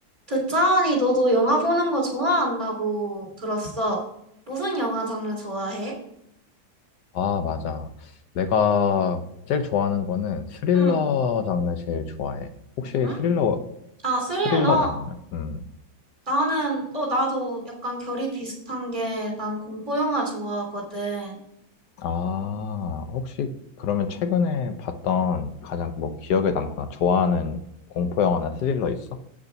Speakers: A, on the right; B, on the left.
A: 듣자하니 너도 영화 보는 거 좋아한다고 들었어. 무슨 영화 장르 좋아해?
B: 아, 맞아. 내가 제일 좋아하는 거는 스릴러
A: 응,
B: 장르 제일 좋아해. 혹시
A: 응?
B: 스릴러,
A: 아, 스릴러?
B: 스릴러 장르? 음.
A: 나는, 어, 나도 약간 결이 비슷한 게 난 공포 영화 좋아하거든.
B: 아, 혹시 그러면 최근에 봤던 가장 뭐 기억에 남거나 좋아하는 공포 영화나 스릴러 있어?